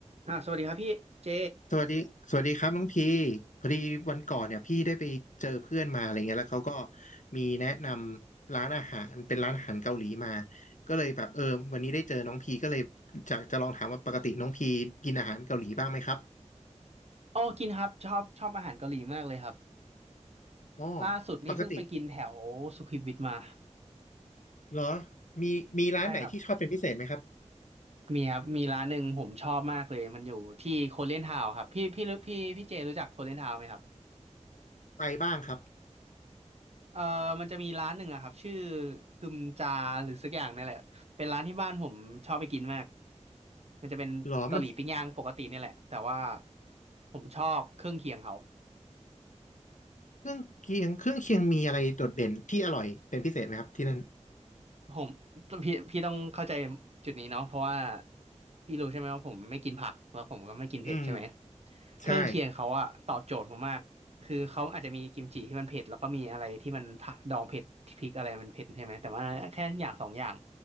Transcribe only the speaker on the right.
อ่าสวัสดีครับพี่เจ
อ๋อกินครับชอบชอบอาหารเกาหลีมากเลยครับ
ล่าสุดนี่เพิ่งไปกินแถวสุขุมวิทมา
ใช่ครับมีครับมีร้านหนึ่งผมชอบมากเลยมันอยู่ที่โคเรียนทาวน์ครับพี่พี่รู้พี่พี่เจรู้จักโคเรียนทาวน์ไหมครับ
เออมันจะมีร้านหนึ่งอะครับชื่อคึมจาหรือสักอย่างนี่แหละเป็นร้านที่บ้านผมชอบไปกินมาก มันจะเป็นเกาหลีปิ้งย่างปกตินี่แหละแต่ว่า
ผมชอบเครื่องเคียงเขา
ผมพี่พี่ต้องเข้าใจจุดนี้เนาะเพราะว่าพี่รู้ใช่ไหมว่าผมไม่กินผักแล้วผมก็ไม่กินเผ็ดใช่ไหม
เครื่องเคียงเขาอะตอบโจทย์ผมมากคือเขาอาจจะมีกิมจิที่มันเผ็ดแล้วก็มีอะไรที่มันผักดองเผ็ดที่พริกอะไรมันเผ็ดใช่ไหมแต่ว่าแค่อย่างสองอย่าง